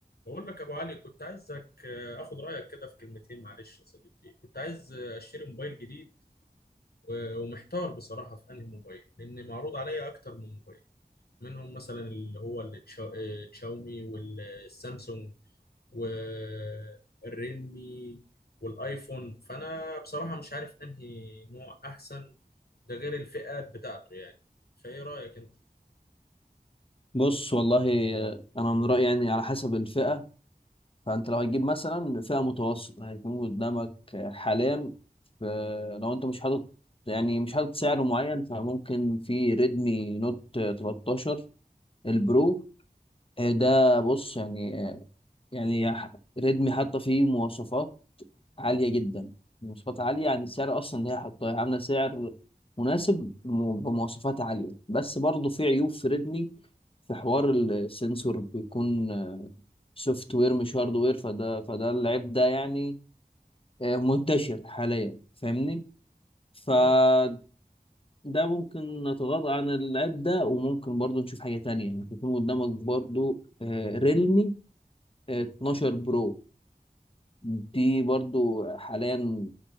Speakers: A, on the left (about 75°); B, on the left (about 35°).
A: بقول لك يا ابو علي كنت عايزك آه، اخد رايك كده في كلمتين معلش يا صديقي كنت عايز آه، اشتري موبايل جديد و- ومحتار بصراحه في انهي موبايل لان معروض عليا اكتر من موبايل منهم مثلا اللي هو التشا- آه، الشاومي والسامسونج والريلمي والايفون فانا بصراحه مش عارف انهي نوع احسن ده غير الفئات بتاعته يعني فايه رايك انت
B: بص والله آه، انا من رايي يعني على حسب الفئه فانت لو هتجيب مثلا فئه متوسطه هيكون قدامك آه، حاليا آه، لو انت مش حاطط يعني مش حاطط سعر معين فممكن في ريدمي نوت 13 البرو آه، ده بص يعني آه، يعني ح- ريدمي حاطه فيه مواصفات عالية جدا مواصفات عالية عن السعر أصلا اللي هي حاطاه هي عاملة سعر مناسب م- بمواصفات عالية بس برضه في عيوب في ريدمي في حوار السنسور بيكون سوفت وير مش هارد وير فده فده العيب ده يعني آه، منتشر حاليا فاهمني فده
A: اه
B: ممكن نتغاضى عن العيب ده وممكن برضه نشوف حاجة تانية يعني يكون قدامك برضه ريلمي 12 برو دي برضو حاليا